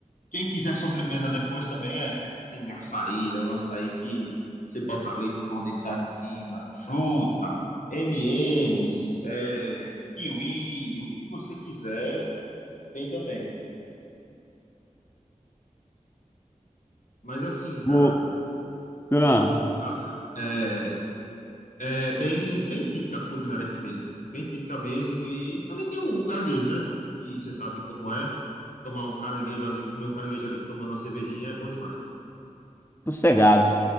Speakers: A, on the left (about 75°); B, on the left (about 15°).
A: quem quiser sobremesa depois também é... tem açaí, é um açaí que você bota leite condensado em cima, fruta, M&M's, é... kiwi, o que você quiser, tem também. Mas assim, cara,
B: o- ah.
A: a- é, É bem, bem típica a culinária aqui mesmo. Bem típica mesmo. E também tem o caranguejo, né? Que você sabe como é. Tomar um caranguejo ali, comer um caranguejo ali tomando uma cervejinha é bom demais.
B: Sossegado.